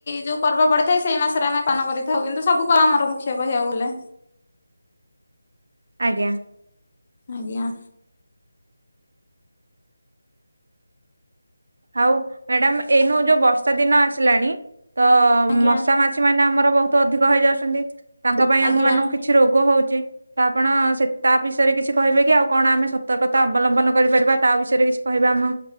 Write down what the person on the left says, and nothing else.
ଯୋଉ ପର୍ବ ପଡିଥାଏ ସେଇ ମାସରେ ଆମେ ପାଳନ କରିଥାଉ କିନ୍ତୁ ସବୁ ପର୍ ଆମର ମୁଖ୍ୟ କହିବାକୁ ଗଲେ।
ଆଜ୍ଞା।
ଆଜ୍ଞା
ଆଜ୍ଞା।